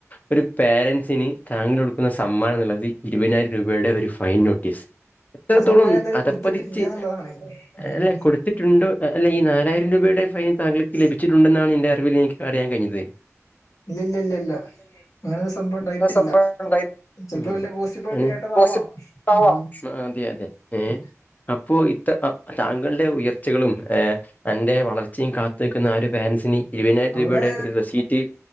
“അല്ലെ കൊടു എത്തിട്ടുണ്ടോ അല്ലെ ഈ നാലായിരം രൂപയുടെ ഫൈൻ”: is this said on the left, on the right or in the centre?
Left